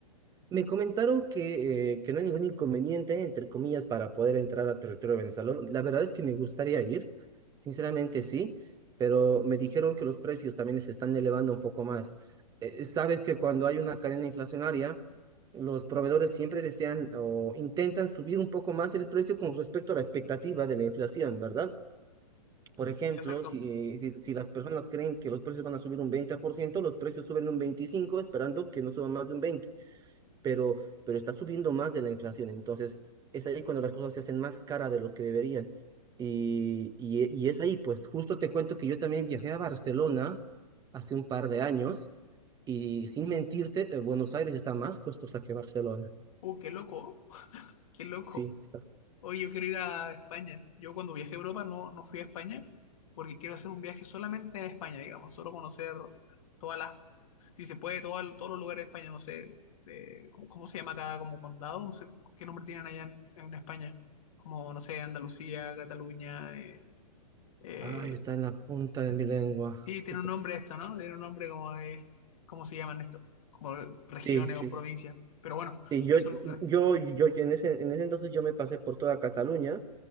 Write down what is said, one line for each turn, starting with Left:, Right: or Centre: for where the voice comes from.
Right: Me comentaron que, eh, que no hay ningún inconveniente, entre comillas, para poder entrar a territorio venezolano. La verdad es que me gustaría ir, sinceramente sí, pero me dijeron que los precios también se están elevando un poco más. Eh, sabes que cuando hay una cadena inflacionaria, los proveedores siempre desean o intentan subir un poco más el precio con respecto a la expectativa de la inflación, ¿verdad? Por ejemplo,
Left: Exacto.
Right: si, si, si las personas creen que los precios van a subir un 20%, los precios suben un 25%, esperando que no suban más de un 20%, pero, pero está subiendo más de la inflación. Entonces, es ahí cuando las cosas se hacen más cara de lo que deberían. Y, y, y es ahí, pues justo te cuento que yo también viajé a Barcelona hace un par de años y sin mentirte, eh, Buenos Aires está más costosa que Barcelona.
Left: Uh, qué loco, qué loco.
Right: Sí, está.
Left: Oye, yo quiero ir a España. Yo cuando viajé a Europa no, no fui a España porque quiero hacer un viaje solamente en España, digamos, solo conocer todas las, si se puede, todas- todos los lugares de España, no sé, eh, ¿cómo, cómo se llama cada como condado? No sé qué nombre tienen allá en, en España, como, no sé, Andalucía, Cataluña. eh, eh,
Right: Ah, está en la punta de mi lengua.
Left: sí, tiene
Right: Este-
Left: un nombre esto, ¿no? Tiene un nombre como de, ¿cómo se llaman esto? Como regiones
Right: Sí, sí.
Left: o provincias. Pero bueno,
Right: Sí, yo,
Left: esos lugares.
Right: yo, yo en ese, en ese entonces yo me pasé por toda Cataluña,